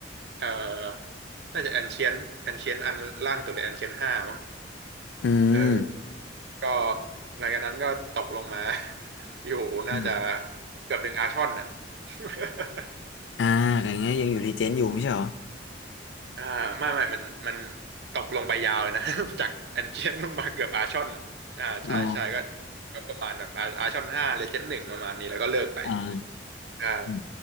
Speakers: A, on the right; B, on the left.
A: เอ่อน่าจะแอนเชียนแอนเชียนอันล่างสุดเลยแอนเชียนห้ามั้ง
B: อืม
A: เออแล้วก็หลังจากนั้นก็ตกลงมา <laughs> อยู่น่าจะ
B: อืม
A: เกือบถึงอาชอนน่ะ <laughs>
B: อ่าอย่างเงี้ยยังอยู่รีเจนอยู่ไม่ใช่เหรอ
A: อ่าไม่ไม่มันมันตกลงไปยาวเลยนะ <laughs> จากแอนเชียนลงมาเกือบอาร์ชอนอ่าใช่ใช่ก็
B: อ๋อ
A: ก็ประมาณแบบอาอาร์ชอนห้าเลเจนด์หนึ่งประมาณนี้แล้วก็เลิกไป
B: อ่า
A: ใช่
B: อืม